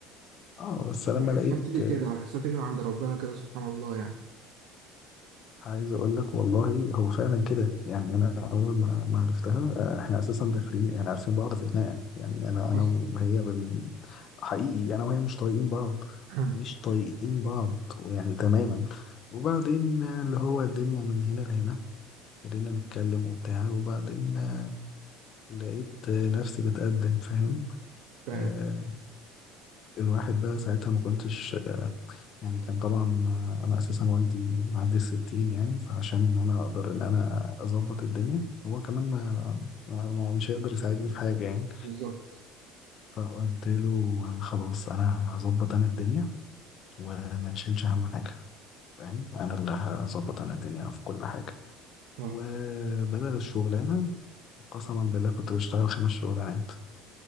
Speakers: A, on the left; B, on the right.
A: اه بس لما
B: بحسها
A: لقيت
B: بتيجي كده بحسها تيجي من عند ربنا كده سبحان الله يعني
A: عايز اقول لك والله هو فعلا كده يعني انا اول ما ما عرفتها آه، احنا اساسا داخلين يعني عارفين بعض في خناقه يعني انا انا
B: اصلا
A: وهي بال... حقيقي انا وهي مش طايقين بعض
B: <laughs>
A: مش طايقين بعض ويعني تماما وبعدين آه، اللي هو الدنيا من هنا لهنا ابتدينا نتكلم وبتاع وبعدين آه، لقيت آه، نفسي بتقدم فاهم
B: فاهم
A: آه، الواحد بقى ساعتها ما كنتش يعني كان طبعا انا اساسا والدي معدي الستين يعني فعشان ان انا اقدر ان انا اظبط الدنيا هو كمان ما, ما ما- مش هيقدر يساعدني في حاجه يعني
B: بالظبط
A: فقلت له خلاص انا هظبط انا الدنيا وما تشيلش اهم حاجه فاهم انا اللي هظبط انا الدنيا في كل حاجه
B: اه
A: وبدل الشغلانه قسما بالله كنت بشتغل خمس شغلانات